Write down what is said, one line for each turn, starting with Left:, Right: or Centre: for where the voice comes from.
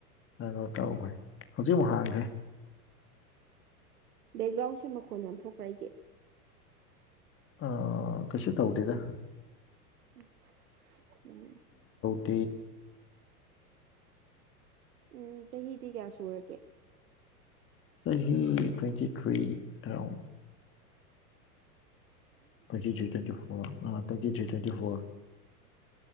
Left: ꯀꯩꯅꯣ ꯇꯧꯈꯦ ꯍꯧꯖꯤꯛꯃꯨꯛ ꯍꯥꯡꯈ꯭ꯔꯦ
Right: ꯕꯦꯛꯒ꯭ꯔꯥꯎꯟꯁꯦ ꯃꯈꯣꯟ ꯌꯥꯝ ꯊꯣꯛꯣꯛꯄ꯭ꯔ ꯑꯩꯒꯦ
Left: ꯑ ꯀꯩꯁꯨ ꯇꯧꯗꯦꯗ
Right: ꯎꯝ ꯎꯝ
Left: ꯇ
Right: ꯎꯝ ꯆꯍꯤꯗꯤ ꯀꯌꯥ ꯁꯨꯔꯒꯦ
Left: ꯆꯍꯤꯍꯤ twenty three around twenty three twenty four ꯑ ꯇ꯭ꯋꯦꯟꯇꯤ ꯊ꯭ꯔꯤ ꯇ꯭ꯋꯦꯟꯇꯤ ꯐꯣꯔ